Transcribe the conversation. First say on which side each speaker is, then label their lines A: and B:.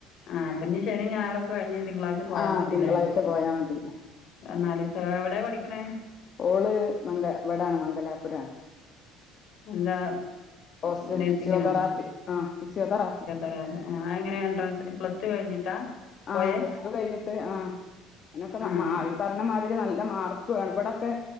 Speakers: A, on the left; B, on the left.
A: ആ ഇപ്പം ശനി ഞായറൊക്കെ കഴിഞ്ഞ് തിങ്കളാഴ്ച പോയാ
B: ആഹ്
A: മതില്ലേ?.
B: തിങ്കളാഴ്ച പോയാ മതി
A: എന്നാലി സ എവിടെയാ പഠിക്കണേ?
B: ഓള് മംഗ ഇവിടാണ് മംഗലാപുരാണ്.
A: എന്താ
B: ഹോസ്റ്റൽഫിഷിയോ
A: നഴ്സിങ്ങിനോ
B: തറാപ്പി മ് ഫിസിയോ തെറാപ്പി
A: ആന്ന് എങ്ങനെയാ എൻട്രൻസ് പ്ലസ് റ്റുകഴിഞ്ഞിട്ടാ പോയേ
B: ആഹ് പ്ലസ് ടു കഴിഞ്ഞിട്ട് ആഹ് അതിനൊക്കെ നാ
A: ആഹ്
B: മാ ഇപ്പറിഞ്ഞ മാതി ആയിന് നല്ല മാർക്ക് വേണം ഇടെക്കെ